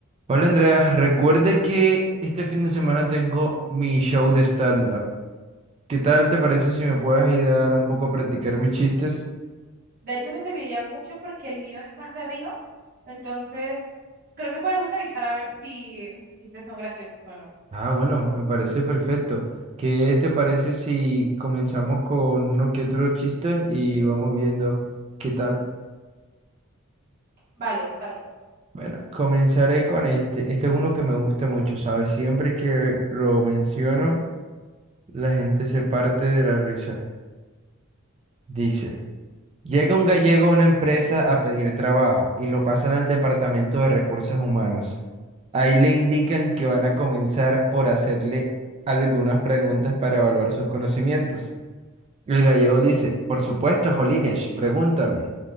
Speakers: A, on the right (about 30°); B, on the right (about 45°).
A: Hola Andrea, recuerde que este fin de semana tengo mi show de stand-up. ¿Qué tal te parece si me puedes ayudar un poco a practicar mis chistes?
B: De hecho, me serviría mucho porque el mío es más arriba. Entonces, creo que podemos revisar a ver si nuestros chistes son graciosos o no.
A: Ah, bueno, me parece perfecto. ¿Qué te parece si comenzamos con unos que otros chistes y vamos viendo qué tal?
B: Vale, está bien.
A: Bueno, comenzaré con este. Este es uno que me gusta mucho, ¿sabes? Siempre que lo menciono, la gente se parte de la risa. Dice. Llega un gallego a una empresa a pedir trabajo y lo pasan al departamento de recursos humanos. Ahí le indican que van a comenzar por hacerle algunas preguntas para evaluar sus conocimientos. El gallego dice, por supuesto, Jolines, pregúntame.